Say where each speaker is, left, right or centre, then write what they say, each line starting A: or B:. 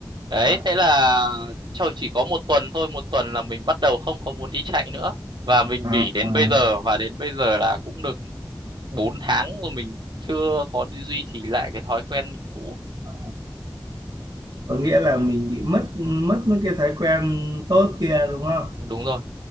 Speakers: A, on the right; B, on the right.
A: Đấy,
B: à,
A: thế là trời chỉ có một tuần thôi, một tuần là mình bắt đầu không có muốn đi chạy nữa. Và mình
B: à,
A: nghỉ đến
B: à,
A: bây giờ và đến bây giờ là cũng được 4 tháng mà mình chưa có duy trì lại cái thói quen cũ.
B: à. có nghĩa là mình bị mất mất mấy cái thói quen tốt kia đúng không
A: Đúng rồi.